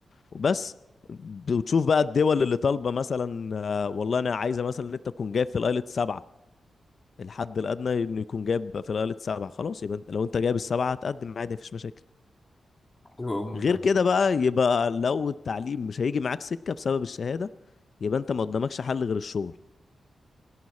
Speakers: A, on the left (about 55°); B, on the left (about 25°).
A: وبس بتشوف بقى الدول اللي طالبه مثلا آه، والله انا عايزه مثلا ان انت تكون جايب في الايلت سبعه الحد الادنى انه يكون جايب في الايلت سبعه خلاص يبقى انت- لو انت جايب السبعه هتقدم عادي مفيش مشاكل
B: حلو قوي ممتاز
A: غير كده بقى يبقى لو التعليم مش هيجي معاك سكه بسبب الشهاده يبقى انت ما قدامكش حل غير الشغل